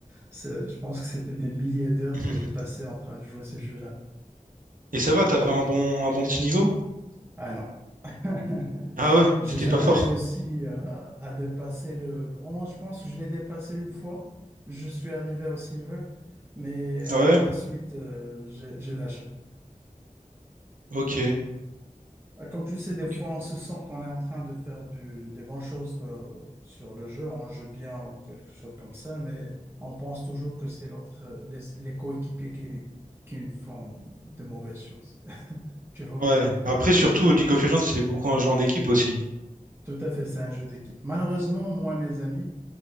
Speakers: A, on the right; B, on the right.
A: C'est- Je pense que c'était des milliers
B: <laughs>
A: d'heures
B: Mhm.
A: que j'ai passé en train de jouer ce jeu-là.
B: Et ça va, t'avais un bon, un bon petit niveau?
A: Ah non. <laughs>
B: Ah ouais,
A: J'ai
B: t'étais
A: jamais
B: pas fort.
A: réussi à, à dépasser le bronze. Je pense que je l'ai dépassé une fois. Je suis arrivé au silver, mais euh,
B: Ah Ouais,
A: par la suite, euh, j'ai j'ai lâché.
B: ok,
A: Euh, Comme tu sais, des
B: ok.
A: fois, on se sent qu'on est en train de faire du- des bonnes choses euh, sur le jeu, on joue bien ou quelque chose comme ça, mais on pense toujours que c'est l'autre, euh, les, les coéquipiers qui, qui nous font de mauvaises choses. <laughs> Tu vois,
B: Ouais, après surtout League of Legends, c'est beaucoup un jeu en équipe aussi.
A: tout à fait, c'est un jeu d'équipe. Malheureusement, moi, mes amis,